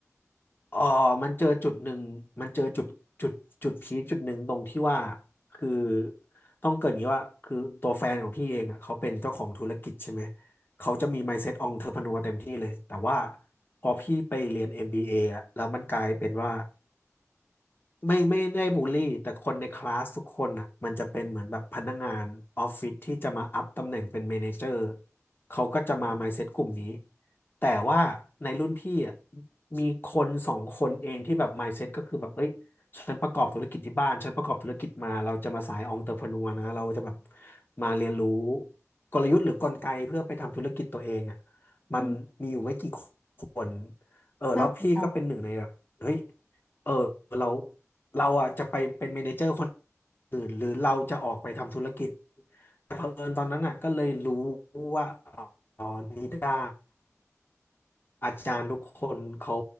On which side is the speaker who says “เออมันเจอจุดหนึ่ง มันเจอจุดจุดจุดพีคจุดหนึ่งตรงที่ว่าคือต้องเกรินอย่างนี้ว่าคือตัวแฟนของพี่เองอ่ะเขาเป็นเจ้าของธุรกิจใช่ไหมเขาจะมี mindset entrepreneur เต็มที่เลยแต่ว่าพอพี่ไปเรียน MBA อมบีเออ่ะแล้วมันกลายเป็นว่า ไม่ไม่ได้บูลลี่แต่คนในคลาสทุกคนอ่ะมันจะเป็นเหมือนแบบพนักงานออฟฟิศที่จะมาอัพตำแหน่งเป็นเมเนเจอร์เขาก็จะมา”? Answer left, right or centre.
Left